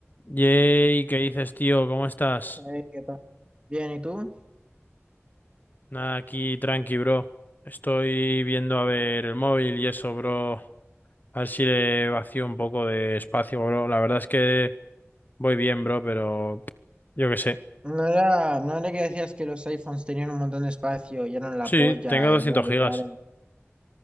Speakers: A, on the left; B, on the right.
A: Yay, ¿qué dices, tío? ¿Cómo estás?
B: Ey, ¿qué tal? Bien, ¿y tú?
A: Nada, aquí tranqui, bro. Estoy viendo a ver el móvil y eso, bro. A ver si le vacío un poco de espacio, bro. La verdad es que voy bien, bro, pero yo qué sé.
B: No era, no era que decías que los iPhones tenían un montón de espacio y eran la
A: Sí,
B: polla
A: tengo doscientos
B: y yare
A: gigas
B: yare.